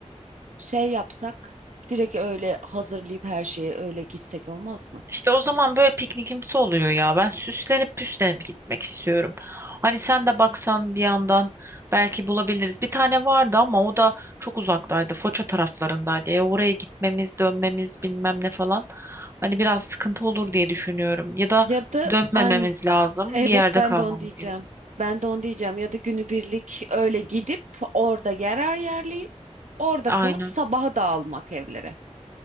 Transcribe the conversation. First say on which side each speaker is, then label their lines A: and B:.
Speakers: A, on the right; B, on the right.
A: şey yapsak direkt öyle hazırlayıp her şeye öyle gitsek olmaz mı?
B: İşte o zaman böyle piknikimsi oluyor ya. Ben süslenip püslenip gitmek istiyorum. Hani sen de baksan bir yandan belki bulabiliriz. Bir tane vardı ama o da çok uzaktaydı. Foça taraflarındaydı. E oraya gitmemiz, dönmemiz bilmem ne falan. Hani biraz sıkıntı olur diye düşünüyorum. Ya da
A: Ya da
B: dönmememiz
A: aynı
B: lazım.
A: evet
B: Bir yerde
A: ben
B: kalmamız
A: de onu diyeceğim.
B: gerek.
A: Ben de onu diyeceğim ya da günübirlik öyle gidip orada yer ayarlayıp orada
B: Aynen.
A: kalıp sabaha dağılmak evlere.